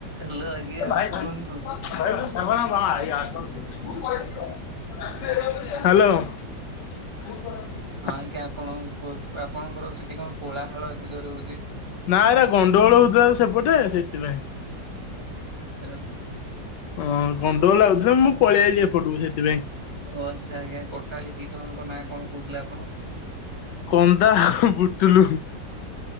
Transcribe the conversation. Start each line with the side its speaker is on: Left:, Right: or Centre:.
Right: ହ୍ୟାଲୋ ଆଜ୍ଞା
Left: ଭାଇ ଭାଇ
Right: କୁହନ୍ତୁ।
Left: ଭାଇ ସରଣ <unintelligible> ହାଲୋ। <unintelligible>
Right: ହଁ ଆଜ୍ଞା ଆପଣ ଆପଣଙ୍କର ସେଠି କଣ କୋଳାହାଳ ଏତେ ଜୋରରେ ହଉ
Left: ନା ଏରା ଗଣ୍ଡଗୋଳ ହଉଥିଲା ତ ସେପଟେ ସେଇଥିପାଇଁ।
Right: ଆଚ୍ଛା ଆଚ୍ଛା।
Left: ହଁ ଗଣ୍ଡ ଗୋଳ ଲାଗୁଥିଲା
Right: ହଉ
Left: ମୁଁ ପଳେଇଆଲି ଏପଟକୁ ସେଇଥିପାଇଁ।
Right: ଓ ଆଛା ଆଜ୍ଞା କୋଟାଳୀ ଦିଟା ଜଣଙ୍କ ନାଁ କଣ କହୁଥିଲା ଆପଣ?
Left: କନ୍ଦା ବୁଟୁଲୁ।